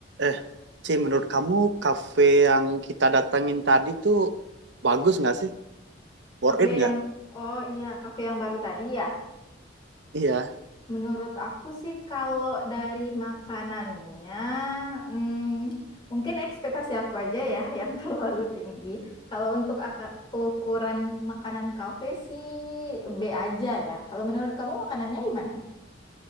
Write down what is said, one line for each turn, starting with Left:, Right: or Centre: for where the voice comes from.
Right: Eh, Ci, menurut kamu kafe yang kita datangin tadi tuh bagus nggak sih? Worth
Left: Kafe
Right: it nggak?
Left: yang, oh iya, kafe yang baru tadi ya.
Right: Iya,
Left: Menurut aku sih kalau dari makanannya, hmm, mungkin ekspektasi aku aja ya <laughs> yang terlalu tinggi. Kalau untuk aka- ukuran makanan kafe sih B aja ya. Kalau menurut kamu makanannya gimana?